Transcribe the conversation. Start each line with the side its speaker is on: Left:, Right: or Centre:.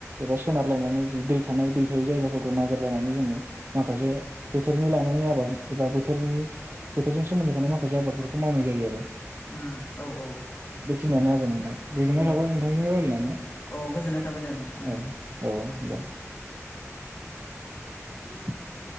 Right: एबा सोनारलायनानै जि दै थानाय दै थायै जायगाफोरखौ नागिरलायनानै जोङो माखासे बोथोरनि लानानै आबाद एबा बोथोरनि बोथोरजों सोमोन्दो थानाय माखासे आबादफोरखौ माव मावनाय जायो आरो।
Left: उम औ औ।
Right: खिनियानो आरो नोंथां। गोजोननाय
Left: औ
Right: थाबाय नोंथांजों रायलायनानै
Left: औ गोजोननाय थाबाय दे नोंथां
Right: औ औ दे। माने